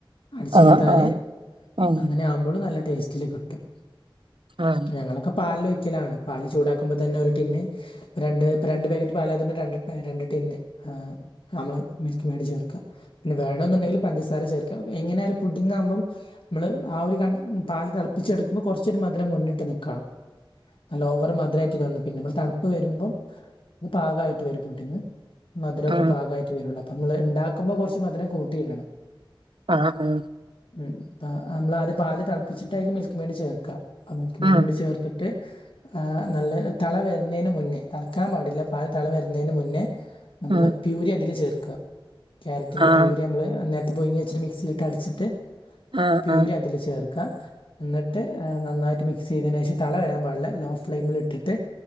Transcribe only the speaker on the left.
അട്ച്ചെടുത്താല്
അങ്ങനെ ആവുമ്പളും നല്ല ടേസ്റ്റില് കിട്ടും
ഞങ്ങളൊക്കെ പാലൊയ്ക്കലാണ് പാല് ചൂടാക്കുമ്പോ തന്നെ ഒരു ടിന്ന് രണ്ട് രണ്ട് പാക്കറ്റ് പാലായതുകൊണ്ട ന്നെ രണ്ട് രണ്ട് ടിന്ന് ആഹ് നമ്മള് മിൽക്ക് മേഡ് ചേർക്ക വേണെന്നുണ്ടെങ്കില് പഞ്ചസാര ചേർക്കാ എങ്ങനെയാലും പുഡ്ഡിംങ്ങ് ആകുമ്പം നമ്മള് ആ ഒരു കൺ പാല് തെളപ്പിച്ചെടുക്കുമ്പോ കുറച്ചൊരു മധുരം മുന്നിട്ട് നിക്കണം നല്ല ഓവർ മധുരായിട്ട് തോന്നും പിന്നെപ്പ തണുപ്പ് വരുമ്പം അത് പാകായിട്ട് വരും പുഡ്ഡിംഗ് മധുരൊക്കെ
പാകായിട്ട് വരുള്ള അപ്പമ്മള് ഇണ്ടാക്കുമ്പോ കുറച്ച് മധുരം കൂട്ടിയിടണം
ഉം അപ്പ നമ്മള് ആദ്യം പാല് തെളപ്പിച്ചിട്ട് അയിക്ക് മിൽക്ക് മേഡ് ചേർക്കാം മിൽക്ക്
മേഡൂടി ചേർത്ത്ട്ട് ആഹ് നല്ല തള വര്ന്നീന് മുന്നേ തെളക്കാൻ പാടില്ല അത് തെള വരുന്നേന് മുന്നേ നമ്മള്
പ്യൂരി അതില് ചേർക്ക ക്യാരറ്റിന്റെ
പ്യൂരി അമ്മള് നേരത്തെ പുയിങ്ങി വെച്ച മിക്സിയിലിട്ട് അടിച്ച്ട്ട്
പ്യൂരി അതില് ചേർക്ക് ക്കഎന്ന്ട്ട് നന്നായിട്ട് മിക്സയ്തതിനേഷം തള വരാൻ പാടില്ല ലോ ഫ്ലെയിമില് ഇട്ടിട്ട്